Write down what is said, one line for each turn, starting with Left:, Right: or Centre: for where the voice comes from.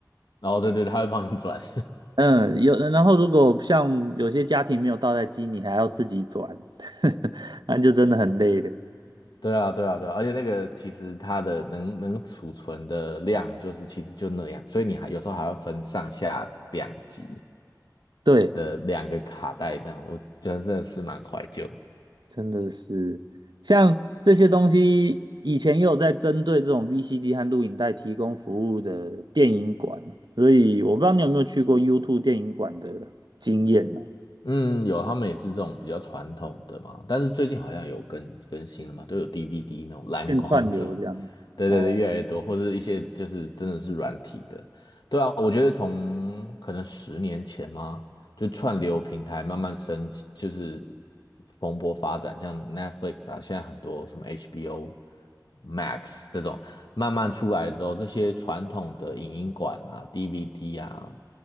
Left: 哦，对对，他会帮你转，
Right: 嗯，有，然后如果像有些家庭没有倒带机，你还要自己转，<laughs> 那就真的很累了。
Left: <laughs> 对啊，对啊，对啊，而且那个其实它的能能储存的量就是其实就那样，所以你还有时候还要分上下两级
Right: 对。
Left: 的两个卡带这样，我觉得真的是蛮怀旧的
Right: 真的是，像这些东西，以前也有在针对这种 VCD 和录影带提供服务的电影馆，所以我不知道你有没有去过 YouTube 电影馆的经验呢、
Left: 嗯，有，他们也是这种比较传统的嘛，但是最近好像有更更新了嘛，都有 DVD 那种蓝光什么的，
Right: 变串流这样。
Left: 对对对，
Right: 哦
Left: 越来越多，或是一些就是真的是软体的，对啊，我觉得从可能十年前吗？就串流平台慢慢升起，就是蓬勃发展，像 Netflix 啊，现在很多什么 HBO Max 这种慢慢出来之后，这些传统的影音馆啊、DVD 啊、